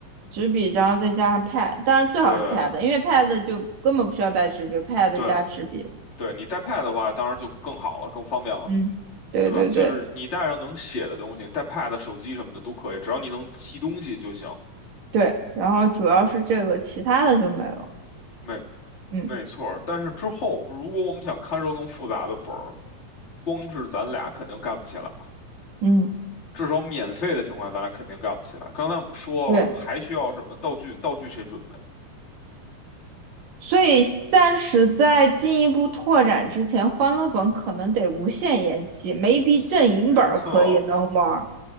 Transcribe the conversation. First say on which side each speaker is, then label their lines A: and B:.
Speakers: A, on the right; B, on the left.
A: 纸笔，然后再加上 pad，当然最好是
B: 对，
A: pad，因为 pad 就根本不需要带纸笔，pad
B: 对，
A: 加纸笔。
B: 对，你带 pad 的话，当然就更好了，更方便了。
A: 嗯，对对对
B: 对吧？就是你带上能写的东西，带 pad、手机什么的都可以，只要你能记东西就行。
A: 对，然后主要是这个，其他的就没有。
B: 没
A: 嗯
B: 没错儿，但是之后如果我们想看涉更复杂的本儿，光是咱俩肯定干不起来，
A: 嗯，
B: 至少免费的情况下咱俩肯定干不起来。刚才我们说了，
A: 对，
B: 还需要什么道具？道具谁准备？
A: 所以暂时在进一步拓展之前，欢乐本可能得无限延期没 a 阵营本儿可以能玩。
B: 没错，